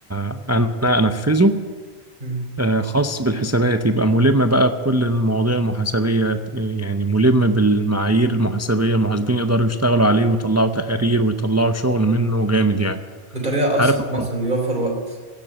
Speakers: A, on the right (about 20°); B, on the right (about 45°).
A: ع- انا انفذه
B: امم
A: آه، خاص بالحسابات يبقى ملم بقى بكل المواضيع المحاسبية يعني ملم بالمعايير المحاسبية المحاسبين يقدروا يشتغلوا عليه ويطلعوا تقارير ويطلعوا شغل منه جامد يعني
B: بطريقه اسرع
A: عارف الموضوع-
B: مثلا ويوفر وقت